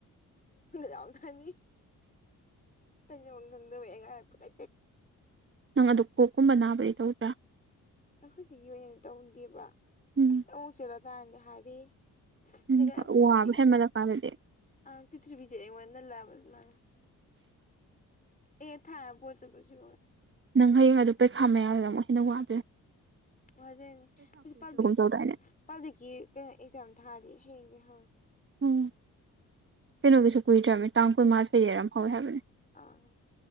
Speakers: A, on the left; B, on the right.
A: ꯌꯥꯎꯗꯅꯤ ꯇꯩꯅ ꯋꯥꯪꯗ ꯃꯦꯉ ꯇ
B: ꯅꯪ ꯑꯗꯨ ꯀꯣꯛꯀꯨꯝꯕ ꯅꯥꯕꯗꯤ ꯇꯧꯗ꯭ꯔꯥ
A: ꯑꯩ ꯍꯧꯖꯤꯛꯀꯤ ꯑꯣꯏꯅꯗꯤ ꯇꯧꯟꯗꯦꯕ
B: ꯎꯝ
A: ꯑꯁ ꯑꯃꯨꯛ ꯆꯠꯂꯀꯥꯟꯗ ꯍꯥꯏꯔꯦ
B: ꯎꯝ
A: ꯖꯒꯥ ꯑꯄꯣꯕꯁꯤ
B: ꯋꯥꯕ ꯍꯦꯟꯃꯜꯂꯀꯥꯟꯗꯗꯤ
A: ꯏꯁꯥ ꯑ ꯄ꯭ꯔꯤꯊ꯭ꯤꯕꯤꯗꯦ ꯑꯩꯉꯣꯟꯅ ꯍꯃ ꯑꯦ ꯊ ꯄꯣꯆꯦ ꯄꯆ
B: ꯅꯪ ꯍꯌꯦꯡ ꯄꯩꯈꯥ ꯃꯌꯥꯗ ꯑꯃꯨꯛ ꯍꯦꯟꯅ ꯋꯥꯗ꯭ꯔꯦ
A: ꯑꯣꯖꯩꯅꯦ ꯍꯧꯖꯤꯛ
B: ꯇꯧꯗꯥꯏꯅꯦ
A: ꯄꯥꯕ꯭ꯂꯤꯛꯀꯤ ꯀꯩꯅꯣ ꯑꯦꯛꯖꯥꯝ ꯊꯥꯔꯗꯤ ꯍꯌꯦꯡꯗꯤ ꯍꯧꯔꯦ
B: ꯎꯝ ꯀꯩꯅꯣꯒꯤꯁꯨ ꯀꯨꯏꯗ꯭ꯔꯕꯅꯤ ꯇꯥꯡ ꯀꯨꯟꯃꯥꯊꯣꯏ ꯌꯦꯔ ꯑꯃ ꯐꯥꯎꯋꯦ ꯍꯥꯏꯕꯅꯦ
A: ꯑꯥ